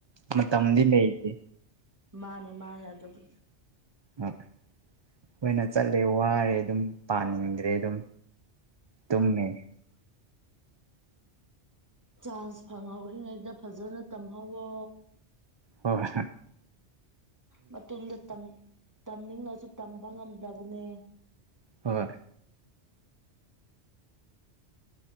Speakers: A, on the right (about 35°); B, on the right (about 15°).
A: ꯃꯝꯗꯤ ꯂꯩ ꯑꯗꯤ
B: ꯃꯥꯅꯦ ꯃꯥꯅꯦ ꯑꯗꯨꯕꯨ
A: ꯑ ꯑꯩꯈꯣꯏꯅ ꯆꯠꯂꯦ ꯋꯥꯔꯦ ꯑꯗꯨꯝ ꯄꯥꯅꯤꯡꯗ꯭ꯔꯦ ꯑꯗꯨꯝ ꯇꯨꯝꯃꯦ
B: ꯆꯥꯟꯁ ꯐꯪꯍꯧꯔꯤꯉꯩꯗ ꯐꯖꯅ ꯇꯝꯍꯧꯋꯣ
A: ꯍꯣꯏꯣꯏ
B: ꯃꯇꯨꯡꯗ ꯇꯝꯅꯤꯡꯅꯁꯨ ꯇꯝꯕ ꯉꯝꯗꯕꯅꯦ
A: ꯍꯣꯏ